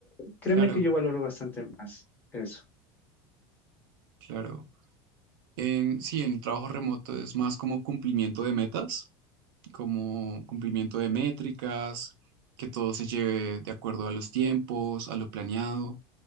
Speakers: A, on the left; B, on the right.
A: Créeme
B: claro,
A: que yo valoro bastante más eso.
B: claro. En, sí, en el trabajo remoto es más como cumplimiento de metas, como cumplimiento de métricas, que todo se lleve de acuerdo a los tiempos, a lo planeado.